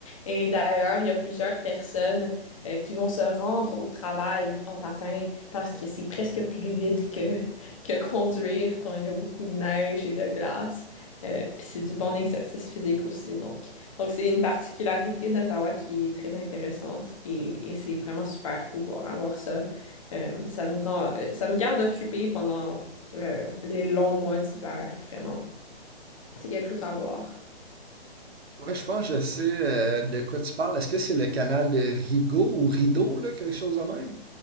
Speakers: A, on the left; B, on the right.
A: Et d'ailleurs, il y a plusieurs personnes euh, qui vont se rendre au travail en patin parce que c'est presque plus vide que, que conduire quand il y a beaucoup de neige et de glace. Euh, puis c'est du bon exercice physique aussi, donc. Donc, c'est une particularité d'Ottawa qui est très intéressante et, et c'est vraiment super pouvoir avoir ça. Euh, ça nous rend, euh, ça nous garde occupés pendant euh, les longs mois d'hiver, vraiment. C'est quelque chose à voir.
B: Ouais, je pense que je sais euh, de quoi tu parles. Est-ce que c'est le canal de Rigaud ou Rideau, là, quelque chose de même?